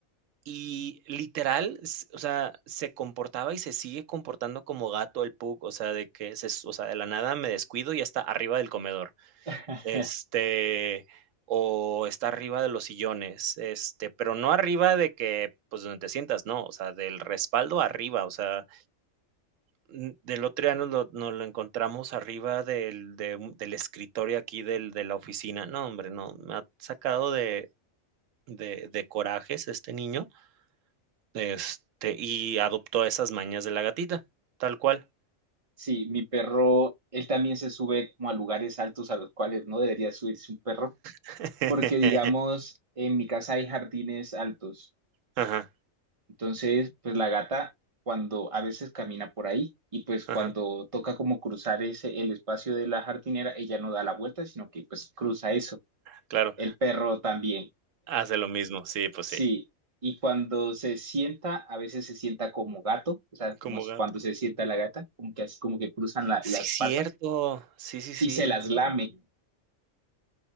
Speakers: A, on the right; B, on the right.
A: y literal, s o sea, se comportaba y se sigue comportando como gato el pug, o sea, de que se s o sea, de la nada me descuido y ya está arriba del comedor.
B: <laughs>
A: este, o está arriba de los sillones, este, pero no arriba de que, pues, donde te sientas, no, o sea, del respaldo arriba, o sea, n- del otro día nos lo, nos lo encontramos arriba del, de un- del escritorio aquí del, de la oficina, no, hombre, no, me ha sacado de, de, de corajes este niño, este, y adoptó esas mañas de la gatita, tal cual.
B: Sí, mi perro, él también se sube como a lugares altos a los cuales no debería subirse un perro,
A: <laughs>
B: porque digamos, en mi casa hay jardines altos,
A: Ajá,
B: entonces, pues la gata cuando a veces camina por ahí y pues
A: ajá,
B: cuando toca como cruzar ese, el espacio de la jardinera, ella no da la vuelta, sino que pues cruza eso.
A: claro,
B: El perro también.
A: hace lo mismo, sí, pues
B: Sí,
A: sí,
B: y cuando se sienta, a veces se sienta como gato, o sea, como
A: como
B: es
A: gato.
B: cuando se sienta la gata, como que así como que cruzan la-
A: Sí,
B: las
A: cierto.
B: patas
A: Sí, sí, sí.
B: y se las lame,